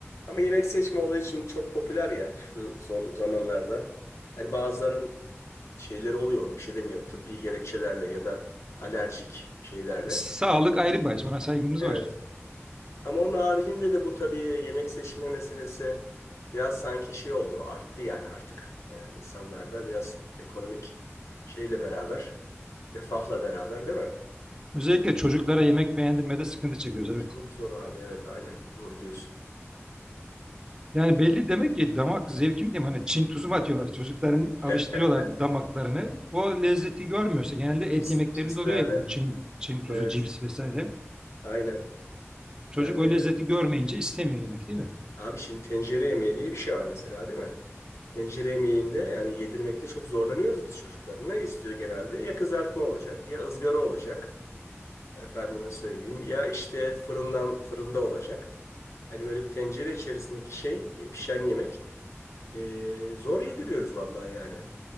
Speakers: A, on the left; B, on the right.
A: Ama yemek seçme olayı şimdi çok popüler ya şu son zamanlarda. Hani bazılarının şeyleri oluyor onu bir şey demiyorum. Tıbbi gerekçelerle ya da alerjik şeylerle.
B: Sağlık ayrı bahis. Ona saygımız
A: Evet.
B: var.
A: Ama onun haricinde de bu tabii yemek seçme meselesi biraz sanki şey oldu. Arttı yani artık. Ee, insanlarda biraz ekonomik şeyle beraber, refahla beraber değil mi?
B: Özellikle
A: Evet,
B: çocuklara yemek beğendirmede sıkıntı çekiyoruz. Evet.
A: çok zor abi. Evet aynen. Doğru diyorsun.
B: Yani belli demek ki damak zevki mi diyeyim hani Çin tuzu mu atıyorlar çocukların
A: <laughs>
B: alıştırıyorlar damaklarını o lezzeti görmüyorsa genelde
A: Cips,
B: et yemeklerinde
A: cipslerde.
B: oluyor ya bu Çin Çin tuzu
A: Evet.
B: cips vesaire
A: Aynen.
B: çocuk
A: Yani
B: o lezzeti
A: de-
B: görmeyince istemiyor yemek değil mi?
A: abi şimdi tencere yemeği diye bir şey var mesela değil mi? Tencere yemeğinde yani yedirmekte çok zorlanıyoruz biz çocukların. Ne istiyor genelde? Ya kızartma olacak ya ızgara olacak. efendime söyleyeyim. Ya işte fırından fırında olacak. Hani böyle bir tencere içerisindeki şey e, pişen yemek. E, zor yediriyoruz vallahi yani.